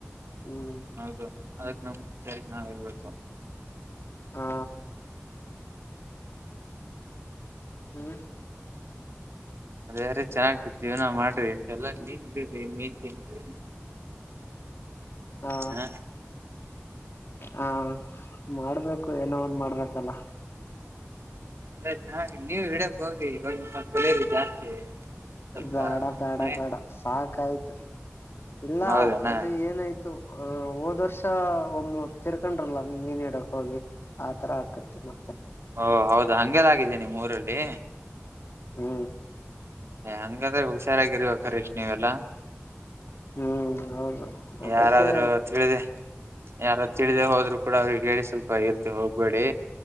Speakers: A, on the left; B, on the right.
A: ಊಂ
B: ಹೌದು ಅದಕ್ ನಮ್ ಸರಿ <unintelligible>
A: ಆ ಹೂಂ
B: <unintelligible> ಜೀವನ ಮಾಡ್ರಿ <unintelligible> ನಿಮ್ಗ ಬೇಕಾಗೈತಿ ನೀವ್ ತಿನ್ರಿ
A: ಹಾ
B: ಹ
A: ಹಾ ಮಾಡ್ಬೇಕು ಏನೋ ಒಂದ್ ಮಾಡ್ಬೇಕಲ್ಲ
B: ಅದೇ ಸಾರ್ ನೀವು ವಿಡಿಯೋ ತಗೋರಿ <inaudible> ಜಾಸ್ತಿ ಸ್ವಲ್ಪ
A: ಬ್ಯಾಡ ಬ್ಯಾಡ
B: ಮನೆ
A: ಬ್ಯಾಡ ಸಾಕಾಯ್ತು ಇಲ್ಲ
B: ಹೌದನಾ
A: ಅದು ಏನಾಯ್ತು ಅ ಹೋದ್ ವರ್ಷ ಒಮ್ ತೀರ್ಕೊಂಡ್ರಲ್ಲ ಮೀನ್ ಹಿಡ್ಯಕ್ ಹೋಗಿ ಆ ಥರ ಅಕ್ಕೈತಿ ಮ
B: ಓ ಹೌದ ಹಂಗೆಲ್ಲಾ ಅಗಿದ್ಯ ನಿಮ್ ಊರಲ್ಲಿ
A: ಹೂಂ
B: ಎ ಹಂಗಾದ್ರೆ ಹುಷಾರಾಗಿ <inaudible> ನೀವೆಲ್ಲಾ
A: ಹೂಂ ಹೌದು ಅದಕ್ಕೆ
B: ಯಾರಾದ್ರೂ ತಿಳಿದೆ ಯಾರಾದ್ರೂ ತಿಳಿದೆ ಹೋದ್ರು ಕೂಡ ಅವರಿಗೆ ಹೇಳಿ ಸ್ವಲ್ಪ ಇರ್ತೀವಿ ಹೋಗ್ಬೇಡಿ